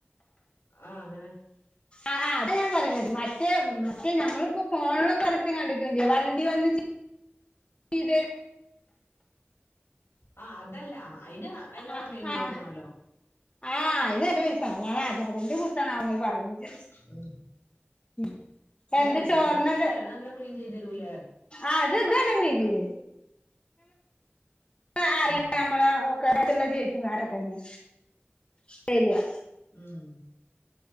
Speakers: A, on the left (about 85°); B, on the left (about 25°).
A: ആഹ് അങ്ങനെ
B: ആഹ് ആഹ് അതാ ഞാൻ പറഞ്ഞത് മറ്റേ മറ്റേ ഞമ്മളിപ്പോ ഫോണിലൊക്കെ പരസ്യം കണ്ട്ക്ക്ണ്ല്ലേ വണ്ടി വന്ന് ചെയ്യും ഇതേ
A: ആഹ് അതല്ല അയ്ന് അയിലേറെ
B: ആഹ്
A: പേയ്മെന്റ്
B: ആഹ്
A: കൊടുക്കണല്ലോ
B: ആഹ് അതിന് നല്ല പൈസ വാണം ഞാനാ അ അതിന്റെ കുറിച്ചാണോ നിങ്ങൾ പറയുന്നെ വിചാരിച്ച്
A: ഉം
B: ഉം
A: അല്ലല്ല
B: എന്ത് ചോർന്നത്
A: ഇതന്നെ നല്ല ക്ലീൻ ചെയ്ത് തരൂലേ
B: ആഹ് ഇത് ത് നം ഇതിത് ആഹ് ആഹ് അറിയ
A: ഉം.
B: നമ്മള ഒക്കെടുത്തുള്ള ചേച്ചിമാരത്തന്നെ ശരിയാ
A: ഉം